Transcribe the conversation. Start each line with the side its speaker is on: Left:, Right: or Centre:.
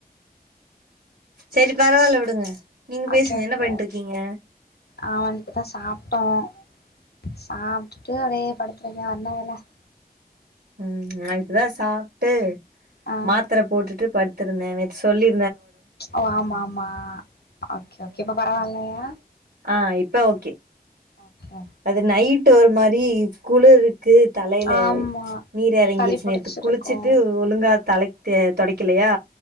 Right: சேரி பரவாயில்ல விடுங்க நீங்க பேசுங்க
Left: கே ஓகே
Right: என்ன பண்ணிட்ருக்கீங்க
Left: அ வன்டுதான் சாப்ட்டோம் <inaudible> சாப்பிட்டுட்டு அதே படுத்துருங்க வர்ன வேலை <inaudible>
Right: உஹம் நான் இப்பதான் சாப்ட்டு
Left: ஆ
Right: மாத்திர போட்டுட்டு படு இருந்தேன் நேத்து சொல்லி
Left: ஓ ஆமா ஆமா ஓகே ஓகே இப்ப பரவாயில்லையா
Right: <unintelligible> ப்ப ஓகே
Left: ஓகே
Right: அது நைட் டு ஓரு மாரி குளுரு து தலையில
Left: ஆமா
Right: நீர் இறங்கிருச்சு
Left: சளி புடிச்சிருக்கு
Right: நேத்து குளிச்சிட்டு ஒழுங்கா தலைக்கு தொடக் கிலையா